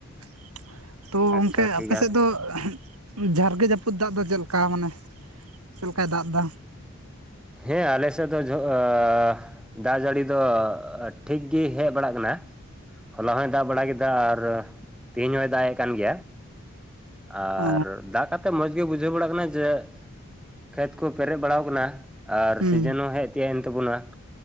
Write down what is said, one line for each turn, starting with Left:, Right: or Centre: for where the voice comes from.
Right: ᱾ ᱛᱚ ᱜᱚᱝᱠᱮ
Centre: ᱟᱪᱪᱷᱟ ᱴᱷᱤᱠ
Right: ᱟᱯᱮ
Centre: ᱜᱮᱭᱟ
Right: ᱥᱮᱫ ᱫᱚ <unintelligible> ᱡᱷᱟᱨᱜᱮ ᱡᱟᱹᱯᱩᱫ ᱫᱟᱜ ᱫᱚ ᱪᱮᱫ ᱞᱮᱠᱟ ᱢᱟᱱᱮ ᱪᱮᱫ ᱞᱮᱠᱟᱭ ᱫᱟᱜ ᱫᱟ?
Centre: ᱦᱮᱸ, ᱟᱞᱮ ᱥᱮᱫ ᱫᱚ ᱡᱷᱚᱸ ᱟᱸᱻ ᱫᱟᱜ ᱡᱟᱹᱲᱤ ᱫᱚ ᱴᱷᱤᱠ ᱜᱮ ᱦᱮᱡ ᱵᱟᱲᱟᱜ ᱠᱟᱱᱟ ᱾ ᱦᱚᱞᱟ ᱦᱚᱭ ᱫᱟᱜ ᱵᱟᱲᱟ ᱠᱮᱫᱟ ᱟᱨ ᱛᱮᱦᱮᱧ ᱦᱚᱭ ᱫᱟᱜ ᱮᱫ ᱠᱟᱱ ᱜᱮᱭᱟ ᱾ ᱟᱨ
Right: ᱚ
Centre: ᱫᱟᱜ ᱠᱟᱛ ᱛᱮᱜ ᱢᱚᱸᱡᱽ ᱜᱮ ᱵᱩᱡᱷᱟᱹᱣ ᱵᱟᱲᱟᱜ ᱠᱟᱱᱟ ᱡᱮ, ᱠᱷᱮᱛ ᱠᱚ ᱯᱮᱨᱮᱡ ᱵᱟᱲᱟ ᱟᱠᱟᱱᱟ, ᱟᱨ
Right: ᱦᱩᱸ
Centre: ᱥᱤᱡᱮᱱ ᱦᱚᱸ ᱦᱮᱡ ᱯᱛᱭᱮᱱ <unintelligible> ᱛᱟᱵᱚᱱᱟ